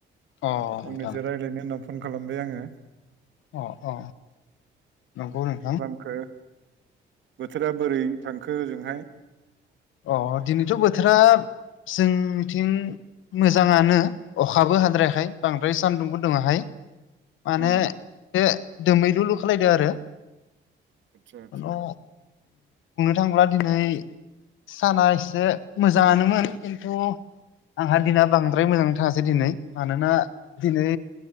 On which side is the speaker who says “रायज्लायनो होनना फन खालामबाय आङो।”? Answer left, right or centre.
Right